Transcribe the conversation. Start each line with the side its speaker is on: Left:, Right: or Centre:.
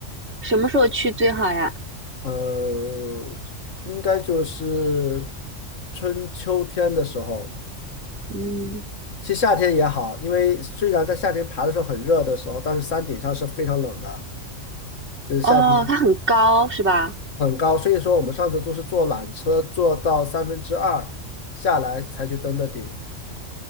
Right: 什么时候去最好呀？
Left: 呃，应该就是春秋天的时候。
Right: 嗯。
Left: 其实夏天也好，因为虽然在夏天爬的时候很热的时候，但是山顶上是非常冷的，就是夏天
Right: 哦，它很高是吧？
Left: 很高，所以说我们上次都是坐缆车坐到三分之二下来才去登的顶。